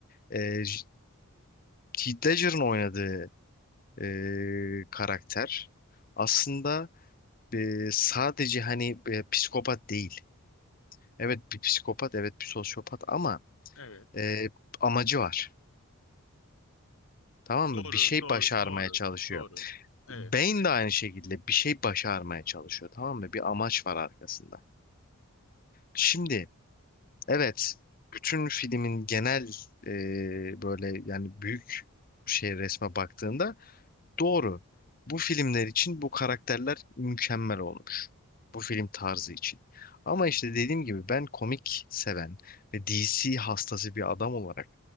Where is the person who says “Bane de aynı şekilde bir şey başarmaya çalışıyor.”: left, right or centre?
Left